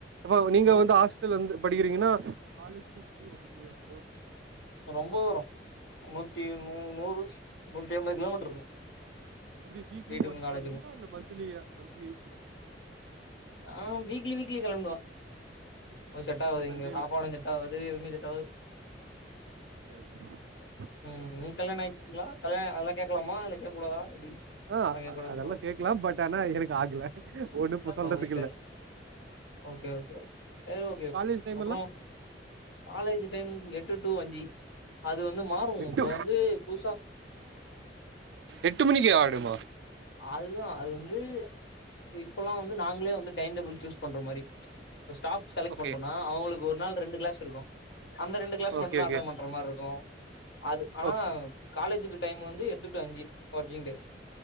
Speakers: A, on the right (about 75°); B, on the left (about 75°).
A: இப்ப நீங்க
B: ம்
A: வந்து ஹாஸ் டல்ல வந்து படிக்றீங்கன்னா காலேஜ் ரொம்ப தூரமோ
B: ரொம்ப வரு நூத்தி நூ நூறு நூத்தி அம்பது கிலோமீட்ரு இருக்கு
A: எப்டி வீக்லி
B: வீட்டுக்கு
A: ஒன்ஸ்
B: காலேஜுக்கு
A: பொயிடுவீங்ளா இல்ல மந்த்லி மந்த்லி
B: ஆ வீக்லி வீக்லி கெளம்பிடுவே செட் ஆகாது
A: அந்த சண்டேல
B: இங்க சாப்பாடு ஆ அது ஒன்னு செட்டாவாது
A: ஓகே
B: ம் கல்யாணோ ஆயிட்டுங்ளா கல்யாணோ அதெல்லா கேக்லாமா இல்ல கேக்க கூடாதா எப்டி
A: அ
B: கேக்க கூடாதுங்களோ
A: அதெல்லா கேக்கலா பட் ஆனா எனக்கு ஆகல ஒண்ணு சொல்றதுக்கு
B: ஓ சேரி
A: இல்ல
B: சேரி ஓகே ஓகே சேரி ஓகே ப்ரோ
A: காலேஜ் டைம்
B: அப்பறோ
A: எல்லாம்
B: காலேஜ் டைம் எட்டு டூ அஞ்சு அது வந்து மாரு
A: எட்டு
B: இப்ப வந்து புதுசா
A: எட்டு மணிக்கு ஆகிடுமா
B: அதுதா அது வந்து இப்பெல்லா வந்து நாங்ளே வந்து டைம் டேபிள் சூஸ் பண்ற மாரி ஸ்டாஃப் செலக்ட்
A: ஓகே.
B: பண்றோம்னா அவுங்களுக்கு ஒரு நாள் ரெண்டு க்ளாஸ் இருக்கு அந்த ரெண்டு கிளாஸ்
A: ஓகே,
B: மட்டு தா
A: ஓகே,
B: அட்டன் பண்ற மாரி இருக்கு அது ஆனா
A: ஓகே.
B: காலேஜ்க்கு டைம் வந்து எட்டு டு அஞ்சு ஒர்க்கிங் டேஸ்